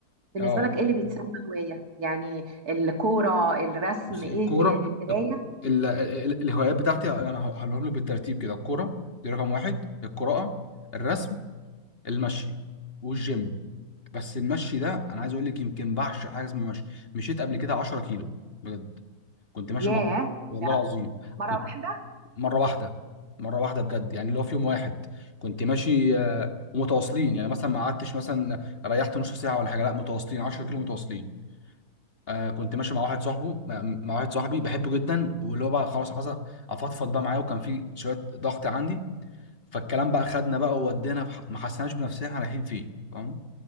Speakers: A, on the right; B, on the left.
A: بالنسبه
B: اه
A: لك ايه اللي بيتسمى هوايه يعني الكوره الرسم
B: بص،
A: ايه
B: الكورة
A: إيه- القرايه
B: ال- ال- الهوايات بتاعتي يعني انا هقولهم لك بالترتيب كده الكورة دي رقم واحد القراءة الرسم المشي والجيم بس المشي ده انا عايز اقول لك يمكن بعشق حاجة اسمها مشي مشيت قبل كده 10 كيلو بجد كنت ماشي
A: ياه
B: مع والله
A: ده
B: العظيم
A: مره
B: كنت
A: واحده
B: مرة واحدة مرة واحدة بجد يعني اللي هو في يوم واحد كنت ماشي آه، ومتواصلين يعني مثلا ما قعدتش مثلا ريحت نص ساعة ولا حاجة لا متواصلين 10 كيلو متواصلين آه كنت ماشي مع واحد صاحبه مع مع واحد صاحبي بحبه جدا واللي هو بقى خلاص عايز افضفض بقى معاه وكان في شويه ضغط عندي فالكلام بقى خدنا بقى وودينا في ح- ما حسناش بنفسنا احنا رايحين فين فاهم